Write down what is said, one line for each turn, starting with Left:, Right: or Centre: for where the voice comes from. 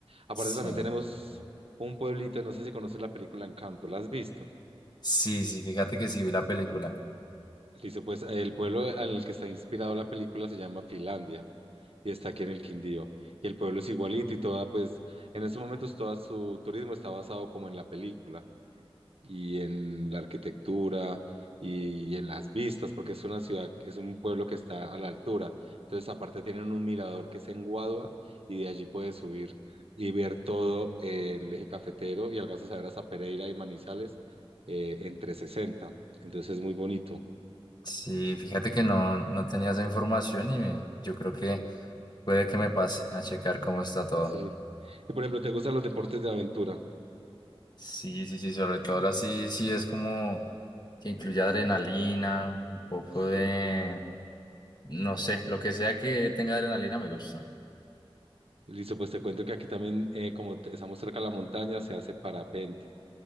Right: Aparte
Left: Sí,
Right: también tenemos un pueblito, no sé si conoces la película Encanto, ¿la has visto?
Left: sí, sí, fíjate que sí vi la película.
Right: Listo, pues el pueblo en el que está inspirado la película se llama Finlandia y está aquí en el Quindío. Y el pueblo es igualito y toda, pues en estos momentos todo su turismo está basado como en la película y en la arquitectura y en las vistas, porque es una ciudad, es un pueblo que está a la altura. Entonces aparte tienen un mirador que es en Guadua y de allí puedes subir y ver todo el eje cafetero y alcanzas a ver hasta Pereira y Manizales eh, en 360. Entonces es muy bonito.
Left: Sí, fíjate que no, no tenía esa información y me- yo creo que puede que me pase a checar cómo está todo.
Right: Sí. Y por ejemplo, ¿te gustan los deportes de aventura?
Left: Sí, sí, sí, sobre todo así, sí sí es como que incluye adrenalina, un poco
Right: Sí.
Left: de, no sé, lo que sea que tenga adrenalina me gusta.
Right: Listo, pues te cuento que aquí también, eh, como te- estamos cerca de la montaña, se hace parapente